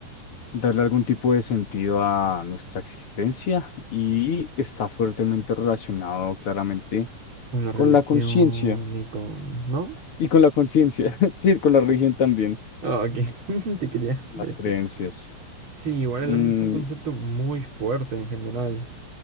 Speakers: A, on the left; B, on the right.
A: darle algún tipo de sentido a nuestra existencia y está fuertemente relacionado claramente
B: Con la religión
A: con la conciencia
B: y con... ¿No?
A: y con la conciencia, <laughs> sí, con la religión también,
B: Ah, ok, <laughs> te quería
A: las
B: decir.
A: creencias.
B: Sí, igual
A: Mm,
B: el alma es un concepto muy fuerte en general.